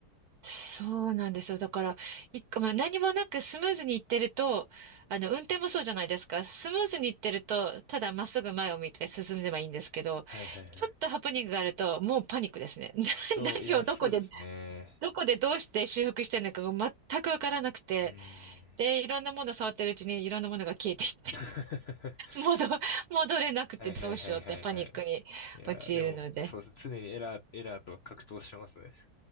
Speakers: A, on the right (about 70°); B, on the left (about 65°).
A: そうなんですよ。だから、一個、まあ、何もなくスムーズに行ってると、あの、運転もそうじゃないですか。スムーズに行ってると、ただまっすぐ前を見て進めばいいんですけど、
B: はいはいはい。
A: ちょっとハプニングがあると、もうパニックですね。<laughs>
B: そう、
A: 何をどこで、
B: いや、そうですね。
A: どこでどうして修復してるのかが全くわからなくて、
B: うーん。
A: で、いろんなもの触ってるうちにいろんなものが消えていっ
B: <laughs>
A: て <laughs> 戻、戻れなくてどうしようってパニックに陥るので。
B: はいはいはいはいはい。いや、でも、そうですね。常にエラー、エラーと格闘してますね。